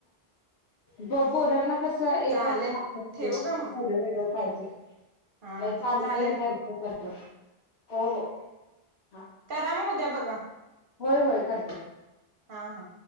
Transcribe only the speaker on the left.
प पोरांना कस एकच
खा पाहिजे
चालतय
करत तर मग हो हो हा
होय होय करतेय